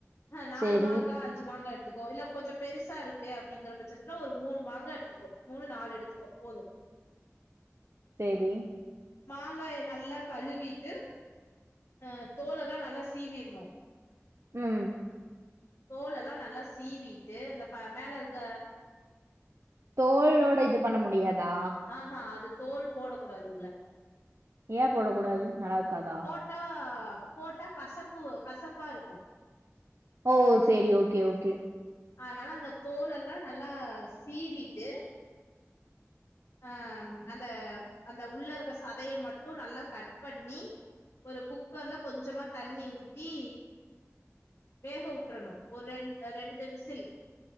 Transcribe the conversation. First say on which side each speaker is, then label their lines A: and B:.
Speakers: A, on the left; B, on the right.
A: அ நாலு
B: சேரி
A: மாங்கா அஞ்சு மாங்கா எடுத்துக்கோ இல்ல கொஞ்சோ பெருசா இருக்கு அப்டிங்குற பச்சத்துல ஒரு மூணு மாங்கா எடுத்துக்கோ மூணு நாலு எடுத்துக்கோ போது
B: சேரி
A: மாங்காய நல்லா கழுவிட்டு ஆ தோலெல்லா நல்லா சீவிர்னு
B: ம்
A: தோலெல்லா நல்லா சீவிட்டு இந்த ப மேல இருக்க
B: தோல்ளோட இது பண்ண முடியாதா
A: ஆ ஆ அது தோல் போட கூடாது உள்ள
B: ஏ போடக் கூடாது நல்லாருக்காதா
A: போட்டா போட்டா கசப்பு கசப்பா இருக்கு
B: ஓ செரி ஓகே ஓகே
A: அதனால அந்த தோலெல்லா நல்லா சீவீட்டு அ அந்த அந்த உள்ள இருக்க சதய மட்டு நல்லா கட் பண்ணி ஒரு குக்கர்ல கொஞ்சமா தண்ணிய ஊத்தி வேகவுட்றணு ஒரு ரெண் ரெண்டு விசில்